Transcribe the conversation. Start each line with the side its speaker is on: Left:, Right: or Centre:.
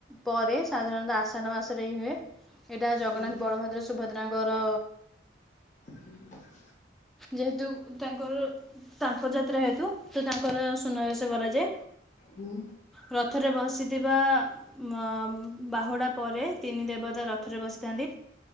Centre: ପରେ ସାଧାରଣତଃ ଆଷାଢ଼ ମାସରେ ହିଁ ହୁଏ ଏଇଟା ଜଗନ୍ନାଥ
Left: ହୁଁ
Centre: ବଳଭଦ୍ର ସୁଭଦ୍ରାଙ୍କର
Left: ହୁଁ
Centre: ଯେହେତୁ ତାଙ୍କର ତାଙ୍କ ଯାତ୍ରା ହେତୁ ତ ତାଙ୍କର ସୁନାବେସ କରାଯାଏ
Left: ହୁଁ
Centre: ରଥରେ ବସିଥିବା ମ ବାହୁଡ଼ା ପରେ ତିନି ଦେବତା ରଥରେ ବସିଥାନ୍ତି।